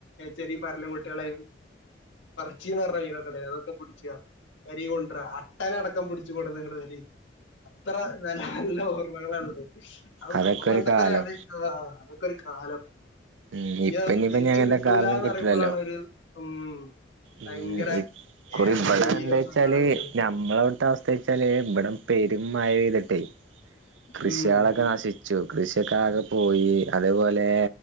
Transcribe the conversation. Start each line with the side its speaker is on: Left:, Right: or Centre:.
Left: ചെറിയ പറരലും കുട്ടികളെയ കൊച്ചീന്ന് പറഞ്ഞ കനക്കട അതൊക്കെ പിടിച്ച വരി കൊണ്ട അട്ടന അടക്കം പിടിച്ചു കൊട നിങ്ങള് വരി അത്ര നല്ല നല്ല ഓർമ്മകളാ ഉള്ളത് അത്
Right: അതൊക്കെ
Left: സംഭവം പണ്ടത്ത
Right: ഒരു കാലം
Left: ഒരാള് ആ അതൊക്കെ കാലം
Right: ഉം
Left: ഇനി
Right: ഇപ്പ
Left: അതൊന്നും
Right: ഇനിയിപ്പ
Left: തിരിച്ച്
Right: ഇനി അങ്ങനത്തെ
Left: കിട്ടൂലാന്ന്
Right: കാലൊന്നും കിട്ടൂലല്ലോ
Left: പറയുമ്പോളാണ് ഒരു ഉം
Right: ഉം
Left: ഭയങ്കര
Right: ഇക്കുറി ഇവിടെ
Left: ഒരു ഫീലും
Right: എന്താ വച്ചാല്
Left: സങ്കടൊക്കെയാണ്
Right: നമ്മള അവിത്തെ അവസ്ഥ വെച്ചാല് ഇവിടെ പെരും മഴയാ <unintelligible> കൃഷികളൊക്കെ
Left: ഉം
Right: നശിച്ചു കൃഷിയൊക്കെ ആകെ പോയി അതേപോലെ